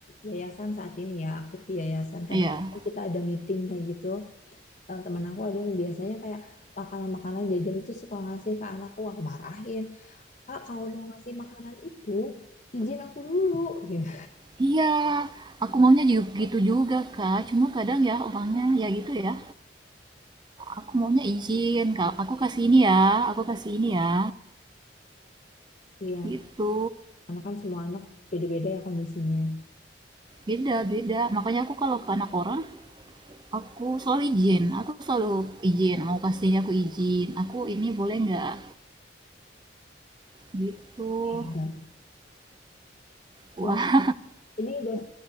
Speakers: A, on the left; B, on the right.
A: yayasan saat ini ya aktif di yayasan kadang-kadang
B: iya
A: kita ada meeting kayak gitu Eh, temen aku ada yang biasanya kayak makanan-makanan jajan itu suka ngasih ke anakku aku marahin kak kalau mau ngasih makanan itu izin aku dulu gitu
B: <laughs> iya aku maunya juga gitu juga kak cuma kadang ya orangnya ya gitu ya aku maunya izin kak aku kasih ini ya aku kasih ini ya
A: iya
B: gitu
A: karena kan semua anak beda-beda ya kondisinya
B: beda beda makanya aku kalau ke anak orang aku selalu izin aku selalu izin mau kasihnya aku izin aku ini boleh nggak gitu
A: Iya.
B: wah
A: Eh, ini udah